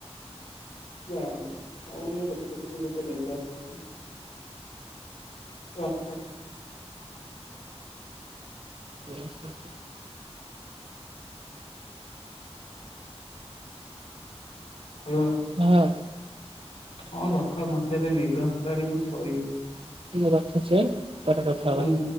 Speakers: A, on the left (about 65°); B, on the right (about 50°).
A: <unintelligible> ହ ହଁ।
B: <unintelligible>
A: ହ୍ୟାଲୋ।
B: ହଁ।
A: ହଁ ରଖ ମତେ ଏବେ ନିଦ ଆସିଲାଣି ମୁଁ ଶୋଇବି।
B: ଟିକେ ରଖୁଛି ପରେ କଥା
A: ହୁଁ
B: ହବା।
A: ହୁଁ।